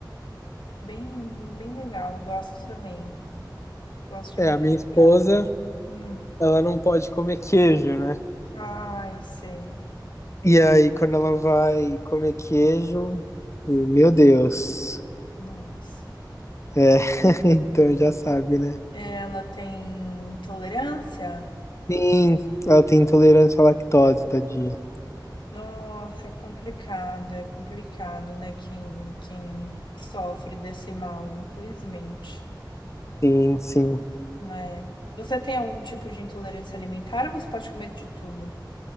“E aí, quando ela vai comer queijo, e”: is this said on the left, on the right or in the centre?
Left